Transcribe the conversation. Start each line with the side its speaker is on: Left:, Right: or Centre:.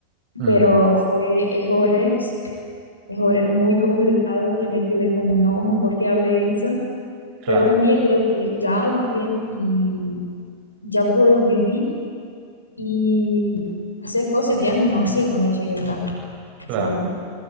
Right: Mm,
Left: pero fue errores, errores muy complicados que me quedé como no, <laughs> ¿por qué hablé eso?
Right: claro,
Left: Pero hoy en día creo que ya hablo bien y ya puedo vivir y hacer cosas que antes no hacía cuando llegué acá,
Right: claro.
Left: ¿sabes?